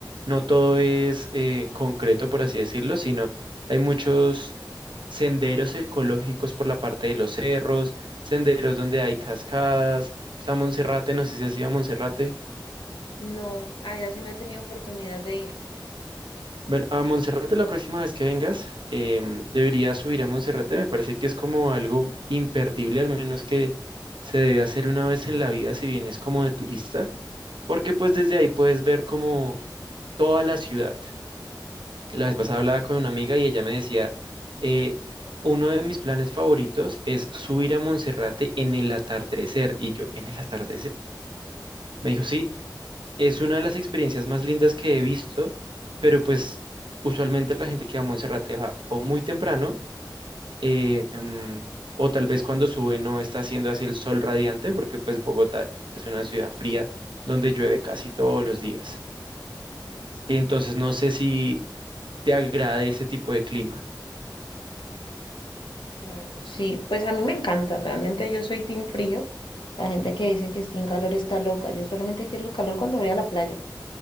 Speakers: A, on the right; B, on the left.
A: no todo es eh, concreto, por así decirlo, sino hay muchos senderos ecológicos por la parte de los cerros, senderos donde hay cascadas, está Monserrate, no sé si has ido a Monserrate.
B: No, allá sí no he tenido oportunidad de ir.
A: Bueno, a Monserrate la próxima vez que vengas, em, deberías subir a Monserrate, me parece que es como algo imperdible, al menos que se debe hacer una vez en la vida si vienes como de turista porque pues desde ahí puedes ver como toda la ciudad. La vez pasada hablaba con una amiga y ella me decía, eh, uno de mis planes favoritos es subir a Monserrate en el atardecer. Y yo, ¿en el atardecer? Me dijo, sí, es una de las experiencias más lindas que he visto, pero pues usualmente la gente que va a Monserrate va o muy temprano, eh, em, o tal vez cuando sube no está haciendo así el sol radiante, porque pues Bogotá es una ciudad fría donde llueve casi todos los días.
B: Eso,
A: Entonces no sé si te agrada ese tipo de clima.
B: claro. Sí, pues a mí me encanta, realmente yo soy team frío. La gente que dice que es team calor está loca. Yo solamente quiero el calor cuando voy a la playa.